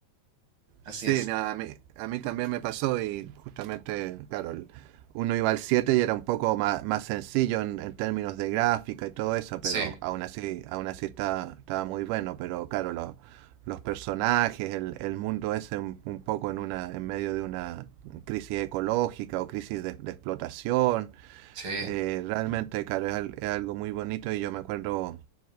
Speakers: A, on the right; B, on the right.
A: Así
B: Sí,
A: es.
B: nada, a mí, a mí también me pasó y justamente, claro, el- uno iba al 7 y era un poco más, más sencillo en, en términos de gráfica y todo eso,
A: Sí,
B: pero aún así, aún así está, estaba muy bueno, pero claro, lo- los personajes, el, el mundo ese un, un poco en una, en medio de una crisis ecológica o crisis de, de explotación,
A: sí.
B: eh, realmente, claro, es, al- es algo muy bonito y yo me acuerdo